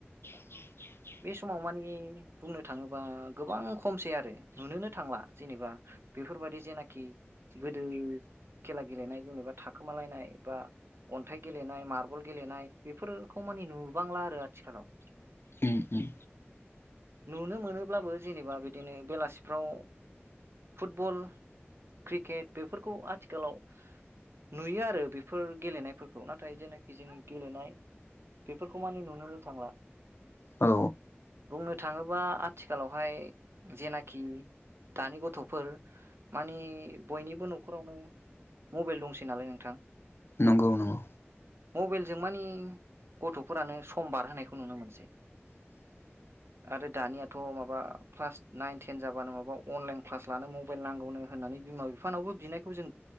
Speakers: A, on the left; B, on the right.
A: द
B: बे समाव मानिे बुंनो थाङोबा गोबां खमसै आरो नुनोनो थांला जेनेबा बेफोरबायादि जेनाखि गोदो खेला गेलेनाय जेनेबा थाखोमालायनाय बा अ खन्थाइ गेलेनाय मार्बल गेलेनाय बेफोरखौ मानिे नुबांला आरो आथिखालाव
A: उम उम
B: नुनो मोनोब्लाबो जेनेबा बिदिनो बेलासिफ्राव फुटबल क्रिकेट बेफोरखौ आथिखालाव नुयो आरो बेफोर गेलेनायफोरखौ नाथाय जेनाखि जोंनि गेलेनाय बेफोरखौ मानि नुनो थांला
A: औ
B: बुंनो थाङोबा आथिखालावहाय जेनाखि दानि गथ'फोर मानिे बयनिबो न'खरावनो मबाइल दंसै नालाय नोंथां
A: नंगौ नंगौ
B: मबाइलजों मानिे गथ'फोरानो सम बारहोनायखौ नुनो मोनसै
A: <unintelligible>
B: आरो दानियाथ' माबा क्लास नाइन टेन जाबानो माबा अनलाइन क्लास लानो मबाइल नांगौनो होननानै बिमा बिफानावबो बिनायखौ जों